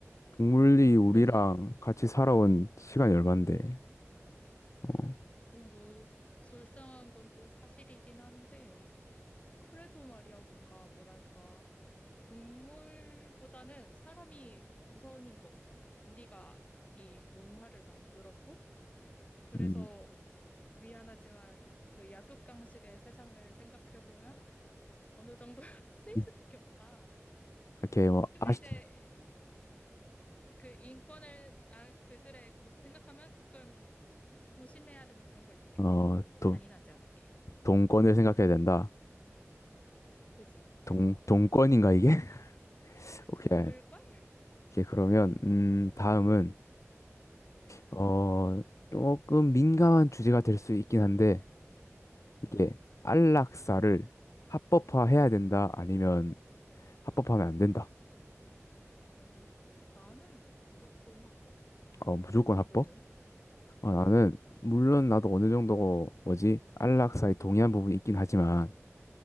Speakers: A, on the left; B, on the left.
A: 동물이 우리랑
B: 그래도, 이-
A: 같이 살아온 시간이 얼만데, 어,
B: 어, 뭐, 불쌍한 건 또 사실이긴 한데, 그래도 말이야, 뭔가, 뭐랄까, 동물보다는 사람이 우선인 것 같아. 우리가 이 문화를 만들었고, 그래서
A: 음,
B: 미안하지만 그 약육강식의 세상을 생각해보면 어느 정도 <laughs> 쓰일
A: <laughs>
B: 수밖에 없다.
A: 이렇게 뭐,
B: 근데
A: 아시,
B: 이제 그 인권을, 아, 그들의 그것을 생각하면 조금 조심해야 되는 그런 건 있겠지.
A: 어, 어,
B: 너무 잔인하지
A: 도,
B: 않게.
A: 동권을 생각해야 된다.
B: 그지?
A: 동, 동권인가, 이게? <laughs>
B: <laughs>
A: 오케이.
B: 동물관?
A: 오케이, 그러면, 음, 다음은,
B: 응,
A: 어, 조금 민감한 주제가 될 수 있긴 한데, 이게,
B: 응.
A: 안락사를 합법화해야 된다, 아니면 합법화하면 안 된다.
B: 어, 나는 무조건 합법.
A: 어, 무조건 합법?
B: 너는?
A: 어,
B: 어,
A: 나는, 물론 나도 어느 정도, 뭐지, 안락사에 동의한 부분이 있긴 하지만,